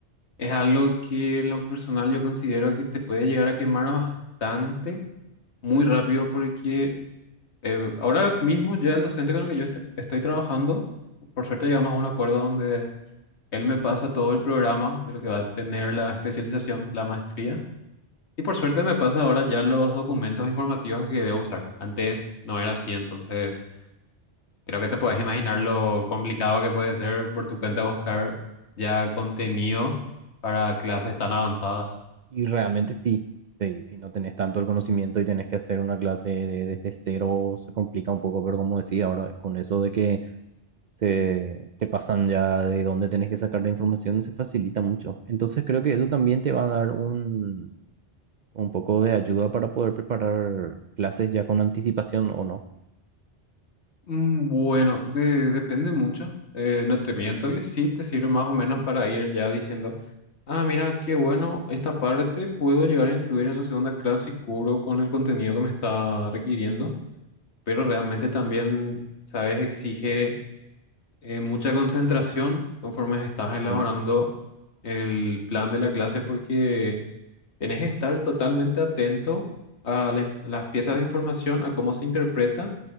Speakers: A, on the left; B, on the right.
A: Es algo que en lo personal yo considero que te puede llegar a quemar bastante, muy rápido, porque eh, ahora mismo ya el docente con el que yo est- estoy trabajando, por suerte llegamos a un acuerdo donde él me pasa todo el programa de lo que va a tener la especialización, la maestría, y por suerte me pasa ahora ya los documentos informativos que debo usar. Antes no era así, entonces creo que te puedes imaginar lo complicado que puede ser por tu cuenta buscar ya contenido para clases tan avanzadas.
B: Y realmente sí, sí, si no tenés tanto el conocimiento y tenés que hacer una clase de- desde cero se complica un poco, pero como decía ahora, con eso de que se te pasan ya de dónde tenés que sacar la información se facilita mucho. Entonces creo que eso también te va a dar un, un poco de ayuda para poder preparar clases ya con anticipación o no.
A: Mm, Bueno, de- depende mucho. Eh, no te miento que sí, te sirve más o menos para ir ya diciendo, ah, mira, qué bueno, esta parte puedo llegar a incluir en la segunda clase y cubro con el contenido que me está requiriendo, pero realmente también, sabes, exige eh, mucha concentración conforme estás elaborando
B: Sí.
A: el plan de la clase porque tenés que estar totalmente atento a la in- las piezas de información, a cómo se interpreta